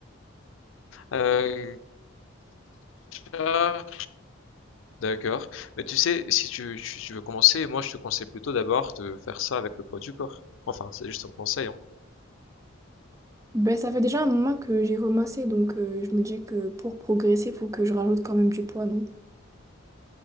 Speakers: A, on the left (about 75°); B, on the right (about 15°).
A: Euh, Ah, d'accord. Mais tu sais, si tu, tu, tu veux commencer, moi je te conseille plutôt d'abord de faire ça avec le poids du corps. Enfin, c'est juste un conseil, hein.
B: Ben, ça fait déjà un moment que j'ai commencé, donc euh, je me dis que pour progresser, il faut que je rajoute quand même du poids, non?